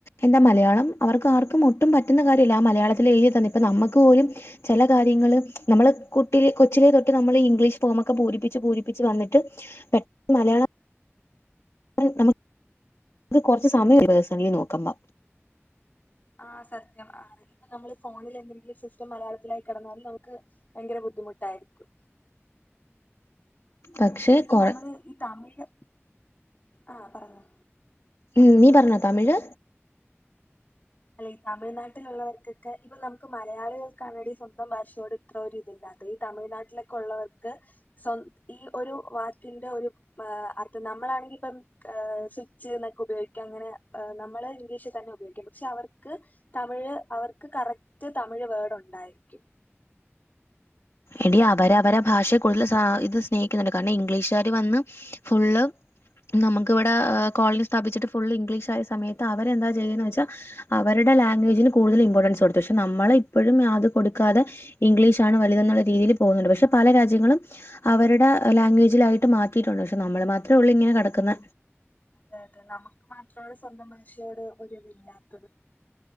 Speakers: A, on the left; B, on the left.
A: എന്താ മലയാളം അവർക്ക് ആർക്കും ട്ടും പറ്റുന്ന കാര്യല്ല ആഹ് മലയാളത്തിൽ എഴുതി തന്ന ഇപ്പം നമ്മക്ക് പോലും ചെല കാര്യങ്ങള് നമ്മള് കുട്ടി കൊച്ചിലെ തൊട്ട് നമ്മള് ഈ ഇംഗ്ലീഷ് ഫോമ് ഒക്കെ പൂരിപ്പിച്ച് പൂരിപ്പിച്ച് വന്നിട്ട് പെട്ടന്ന് മലയാളം <unintelligible> പേഴ്സണലി നോക്ക്മ്പോ
B: ആഹ് സത്യം ആണ് ഇപ്പൊ നമ്മള് ഫോണില് എന്തെങ്കിലും സിസ്റ്റം മലയാളത്തിലായി കെടന്നാലും നമുക്ക് ഭയങ്കര ബുദ്ധിമുട്ടായിരിക്കും
A: പക്ഷെ
B: ഈ
A: കൊറ
B: നമ്മള്ത് ഈ തമിഴ് ആഹ് പറഞ്ഞോ
A: ഉം നീ പറഞ്ഞോ തമിഴ്
B: അല്ലെ തമിഴ്നാട്ടിലുള്ളവർക്കൊക്കെ ഇപ്പം നമുക്ക് മലയാളികൾക്കാണെടി സ്വന്തം ഭാഷയോട് അത്ര ഒരു ഇതില്ലാത്തെ ഈ തമിഴ്നാട്ടിലൊക്കെ ഉള്ളവർക്ക് സ്വന്ത ഈ ഒരു വാക്കിന്റെ ഒരു പ്പ അത് നമ്മളാണെങ്കി ഇപ്പം സ്വിച്ച് ഇന്നൊക്കെ ഉപയോഗിക്കാം അങ്ങനെ നമ്മള് ഇംഗ്ലീഷിൽ തന്നെ ഉപയോഗിക്കും പക്ഷെ അവർക്ക് തമിഴ് അവർക്ക് കറക്റ്റ് തമിഴ് വേർഡ് ഉണ്ടായിരിക്കും
A: എടി അവര് അവരെ ഭാഷയെ കൂടുതല് ഇത് സ്നേഹിക്കുന്നുണ്ട് കാരണം ഇംഗ്ലീഷുകാര് വന്ന് ഫുള്ള് നമുക്ക് ഇവടെ കോളനി സ്ഥാപിച്ചിട്ട് ഫുൾ ഇംഗ്ലീഷായ സമയത്ത് അവരെന്താ ചെയ്യാന്ന് വെച്ചാ അവരുടെ ലാഗ്വേജിന് കൂടുതൽ ഇമ്പോർട്ടൻസ് കൊടുത്തു പക്ഷെ നമ്മളെ ഇപ്പോഴും അത് കൊടുക്കാതെ ഇംഗ്ലീഷാണ് വലുതെന്നുള്ള രീതിയിൽ പോകുന്നുണ്ട് പക്ഷെ പല രാജ്യങ്ങളും അവരുടെ ലാംഗ്വേജിലായിട്ട് മാറ്റിയിട്ടുണ്ട് പക്ഷെ നമ്മള് മാത്രേ ഉള്ളൂ ഇങ്ങനെ കിടക്കുന്ന
B: അത അതെ നമുക്ക് മാത്രമാണ് സ്വന്തം ഭാഷയോട് ഒരുതില്ലാത്തത്